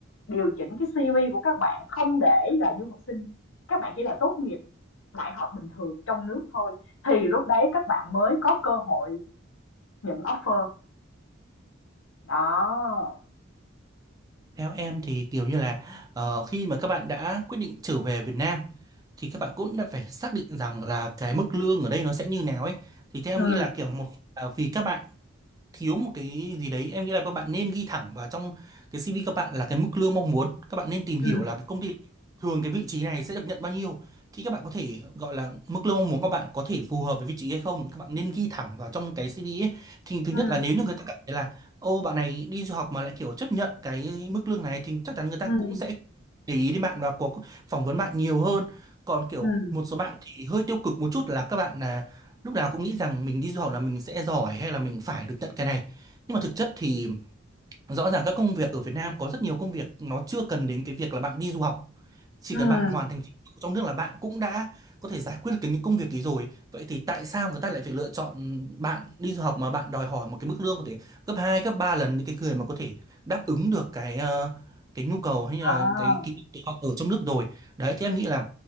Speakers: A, on the left (about 70°); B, on the right (about 20°).
A: điều chỉnh cái CV của các bạn không để là du học sinh, các bạn chỉ là tốt nghiệp đại học bình thường trong nước thôi thì lúc đấy các bạn mới có cơ hội nhận offer. Đó.
B: theo em thì kiểu như là ờ, khi mà các bạn đã quyết định trở về Việt Nam thì các bạn cũng đã phải xác định rằng là cái mức lương ở đây nó sẽ như nào ấy thì theo
A: ừ
B: em nghĩ là kiểu một là vì các bạn thiếu một cái gì đấy em nghĩ là các bạn nên ghi thẳng vào trong cái CV các bạn là cái mức lương mong muốn các bạn nên tìm
A: ừ
B: hiểu là cái công ty thường cái vị trí này sẽ được nhận bao nhiêu thì các bạn có thể gọi là mức lương mong muốn các bạn có thể phù hợp với vị trí hay không các bạn nên ghi thẳng vào trong cái CV ấy. thì thứ
A: ừ
B: nhất là nếu như người ta cảm thấy là ô bạn này đi du học mà lại kiểu chấp nhận cái mức lương này thì chắc chắn người ta
A: Ừm,
B: cũng sẽ để ý đến bạn và có phỏng vấn bạn nhiều hơn còn kiểu
A: ừm,
B: một số bạn thì hơi tiêu cực một chút là các bạn là lúc nào cũng nghĩ rằng mình đi du học là mình sẽ giỏi hay là mình phải được nhận cái này nhưng mà thực chất thì rõ ràng các công việc ở Việt Nam có rất nhiều công việc nó chưa cần đến cái việc là bạn đi du học chỉ
A: ừm.
B: cần bạn hoàn thành trình độ trong nước là bạn cũng đã có thể giải quyết được cái những công việc ấy rồi vậy thì tại sao người ta lại phải lựa chọn bạn đi du học mà bạn đòi hỏi một cái mức lương có thể gấp 2 gấp 3 lần những cái người mà có thể đáp ứng được cái ờ, cái nhu cầu hay là
A: À,
B: cái kỹ năng của họ ở trong nước rồi đấy thì em nghĩ là